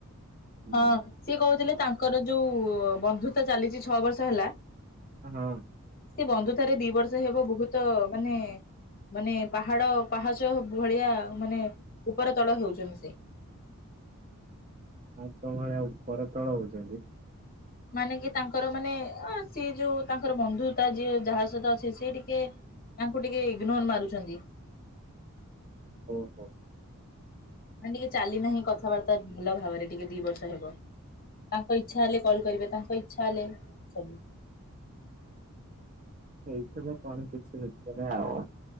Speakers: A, on the right; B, on the left.
A: ହୁଁ
B: ହଁ ସିଏ କହୁଥିଲେ ତା ଙ୍କର ଯୋଉ ବନ୍ଧୁତା ଚାଲିଛି ଛଅ ବର୍ଷ ହେଲା।
A: ହଁ।
B: ସେ ବନ୍ଧୁତାରେ ଦି ବର୍ଷ ହେବ ବହୁତ ମାନେ ମାନେ ପାହାଡ ପାହାଚ ଭଳିଆ ମାନେ ଉପର ତଳ ହେଉଛନ୍ତି ସେ।
A: ଆଚ୍ଛା ଭଳିଆ ଉପରତଳ ହେଉଛନ୍ତି।
B: ମାନେ କି ତାଙ୍କର ମାନେ ଅ ସିଏ ଯୋଉ ତାଙ୍କର ବନ୍ଧୁତା ଯିଏ ଯାହା ସହିତ ଅଛି ସେ ଟିକେ ତାଙ୍କୁ ଟିକେ ଇଗ୍ନୋର ମାରୁଛନ୍ତି।
A: ଓହୋ।
B: ମାନେ ଟିକେ ଚାଲି ନାହିଁ କଥାବାର୍ତ୍ତା ଭଲ ଭାବରେ ଟିକେ ଦି ବର୍ଷ ହେବ। ତାଙ୍କ ଇଚ୍ଛା ହେଲେ କଲ୍ କରିବେ ତାଙ୍କ ଇଛା ହେଲେ ସବୁ।
A: ଏଇଥିବ କଣ କିଛି ଭିତରେ ଆଉ।